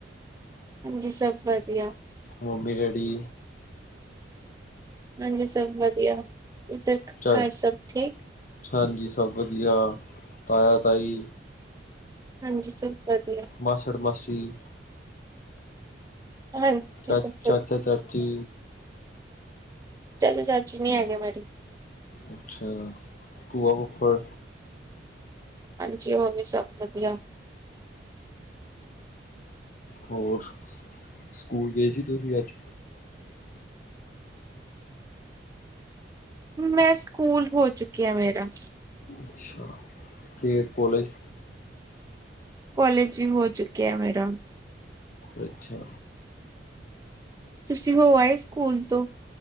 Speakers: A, on the right; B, on the left.
A: ਹਾਂਜੀ ਸਭ ਵਧੀਆ
B: ਮੰਮੀ-ਡੈਡੀ।
A: ਹਾਂਜੀ ਸਭ ਵਧੀਆ। ਇਧਰ
B: ਚ
A: ਘਰ ਸਭ ਠੀਕ।
B: ਹਾਂਜੀ ਸਭ ਵਧੀਆ, ਤਾਇਆ ਤਾਈ।
A: ਹਾਂਜੀ ਸਭ। ਵਧੀਆ
B: ਮਸੜ ਮਾਸੀ ਠੀਕ
A: ਹਾਂਜੀ
B: ਚ
A: ਸਭ
B: ਚਾਚਾ-ਚਾਚੀ।
A: ਚਾਚਾ-ਚਾਚੀ ਨੀ ਹੈਗੇ ਮੇਰੇ
B: ਅੱਛਾ ਭੂਆ-ਫੁੱਫੜ
A: ਹਾਂਜੀ, ਉਹ ਵੀ ਸਭ ਵਧੀਆਂ।
B: ਹੋਰ, ਸਕੂਲ ਗਏ ਸੀ ਤੁਸੀਂ ਅੱਜ?
A: ਮੈਂ ਸਕੂਲ ਹੋ ਚੁੱਕਿਆ ਮੇਰਾ।
B: ਅੱਛਾ ਫੇਰ ਕੋਲੇਜ
A: ਕਾਲੇਜ ਵੀ ਹੋ ਚੁੱਕਿਆ ਮੇਰਾ।
B: ਅੱਛਾ।
A: ਤੁਸੀਂ ਹੋ ਆਏ ਸਕੂਲ ਤੋਂ।